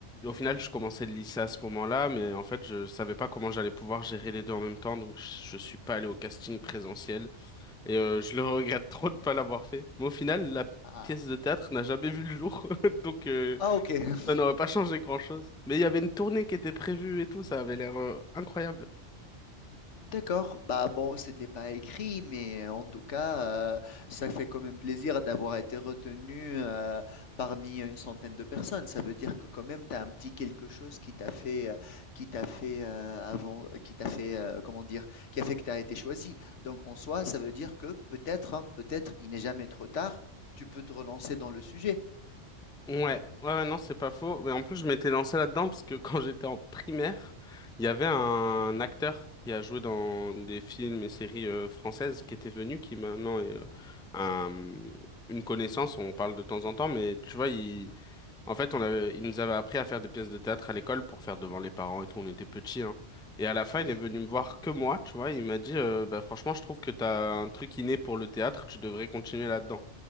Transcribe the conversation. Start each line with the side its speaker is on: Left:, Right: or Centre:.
Centre: au final, je commençais le lycée à ce moment-là, mais en fait, je savais pas comment j'allais pouvoir gérer les deux en même temps, donc je, je suis pas allé au casting présentiel et euh, je le regrette trop de pas l'avoir fait. Mais au final, la
Left: Ah,
Centre: pièce de théâtre n'a jamais vu le jour, <laughs> donc euh,
Left: ah, ok. <laughs>
Centre: ça n'aurait pas changé grand-chose. Mais il y avait une tournée qui était prévue et tout, ça avait l'air euh, incroyable.
Left: D'accord, bah bon, c'était pas écrit, mais euh, en tout cas, euh, ça fait quand même plaisir d'avoir été retenu euh, parmi une centaine de personnes. Ça veut dire que quand même, tu as un petit quelque chose qui t'a fait, euh, qui t'a fait euh, avant, qui t'a fait, euh, comment dire, qui a fait que tu as été choisi. Donc en soi, ça veut dire que peut-être, hein, peut-être, il n'est jamais trop tard, tu peux te relancer dans le sujet.
Centre: Ouais, ouais, ouais, non, c'est pas faux. Mais en plus, je m'étais lancé là-dedans parce que <laughs> quand j'étais en primaire, il y avait un acteur qui a joué dans des films et séries euh, françaises qui était venu, qui maintenant est euh, un- une connaissance. On parle de temps en temps, mais tu vois, il,
Left: Mhm,
Centre: en fait, on avait, il nous avait appris à faire des pièces de théâtre à l'école pour faire devant les parents et tout. On était petits, hein. Et à la fin,
Left: mhm.
Centre: il est venu me voir que moi, tu vois. Il m'a dit, euh, bah, franchement, je trouve que t'as un truc inné pour le théâtre. Tu devrais continuer là-dedans.